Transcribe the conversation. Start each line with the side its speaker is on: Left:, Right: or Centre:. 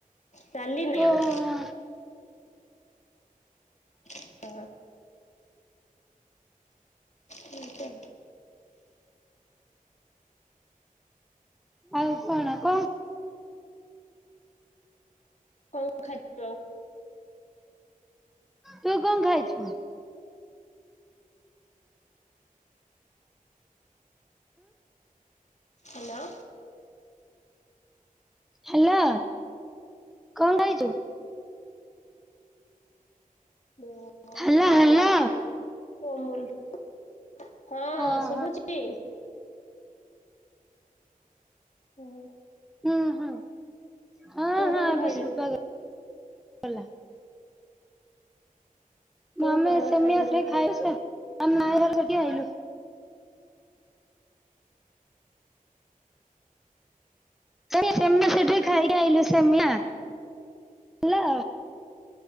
Left: ଚାଲିିନି
Centre: ଓହୋ
Left: ଆଉ ହଁ ହଁ ଠ <unintelligible>
Centre: ଆଉ କଣ କଣ
Left: କଣ ଖାଇଛ?
Centre: ତୁ କଣ ଖାଇଛୁ?
Left: ହ୍ୟାଲୋ
Centre: ହ୍ୟାଲୋ କଣ ଖାହିଛୁ?
Left: ମୋ ଓ
Centre: ହାଲୋ
Left: ହାଲୁଆ
Centre: ହାଲୋ
Left: ଅମୂଲ ହଁ
Centre: ଓହୋ
Left: ଶୁଭୁଛି। ଟି ହୁଁ
Centre: ହୁଁ ହୁଁ ହଁ
Left: ତୁ
Centre: ହଁ
Left: କଣ
Centre: ଏବେ
Left: ଖାଇଲୁ?
Centre: ଶୁଭାଗଲା।
Left: ତୁ
Centre: ଆମେ
Left: କଣ
Centre: ସେମିଆ
Left: ଖାଇଲୁ
Centre: ଖି ଖାଇଛ ଆ ମା ଘର ହେରିକି ଆଇଲୁ। ସେଡିଆ ସେମିଆ ସେଠି
Left: ଓହୋ
Centre: ଖାଇକି ଆଇଲୁ ସେମିଆ। ହେଲା